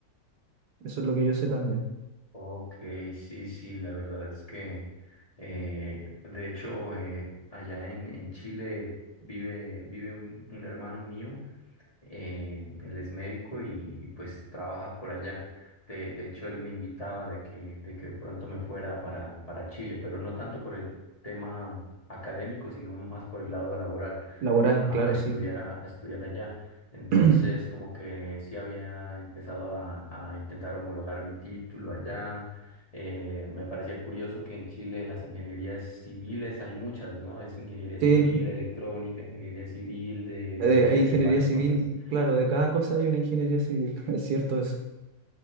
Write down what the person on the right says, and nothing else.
eso es lo que yo sé también.
Laboral,
claro,
sí.
<clears throat>
Sí,
eh,
ingeniería
civil,
claro, de cada cosa hay una ingeniería civil, <laughs> es cierto eso.